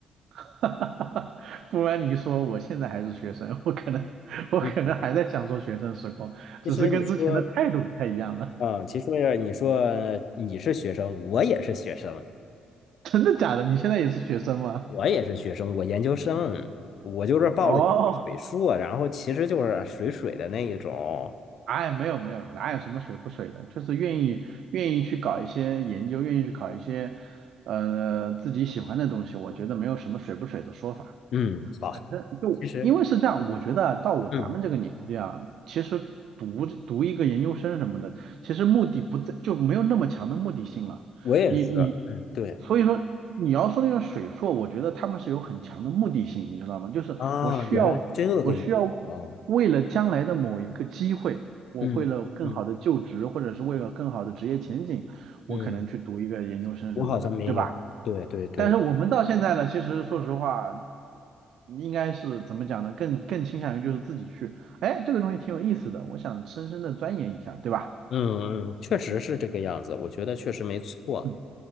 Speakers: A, on the right; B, on the left.
A: <laughs> 哈哈哈哈不然你一说，我现在还是学生，我可能我可能还在享受学生时光，
B: 嗯，
A: 只是跟之前的态度不太一样了。
B: 其实你说，啊，其实你说你是学生，我也是学生，
A: <laughs> 真的假的？你现在也是学生吗？
B: 我也是学生，我研究生，我就是报了一个水硕，
A: 哦，
B: 然后其实就是水水的那一种。
A: 哎，没有没有，哪有什么水不水的，就是愿意愿意去搞一些研究，愿意去搞一些呃自己喜欢的东西，我觉得没有什么水不水的说法。
B: 嗯，好，
A: 那就因为是这样，
B: 其实。
A: 我觉得啊到我咱们这个年纪啊，
B: 嗯。
A: 其实读读一个研究生什么的，其实目的不在，就没有那么强的目的性了。
B: 我也是，
A: 你你，
B: 嗯，对，
A: 所以说你要说那个水硕，我觉得他们是有很强的目的性，你知道吗？就是我需要我需要
B: 啊，原来是这个意思哦，
A: 为了将来的某一个机会，我为了更好的就职，
B: 嗯嗯嗯，
A: 或者是为了更好的职业前景，我可能去读一个研究生什么的，
B: 嗯，我好像没有，
A: 对吧？
B: 对对对，
A: 但是我们到现在呢，其实说实话，应该是怎么讲呢？更更倾向于就是自己去，哎，这个东西挺有意思的，我想深深的钻研一下，对吧？
B: 嗯嗯，确实是这个样子，我觉得确实没错，
A: 嗯，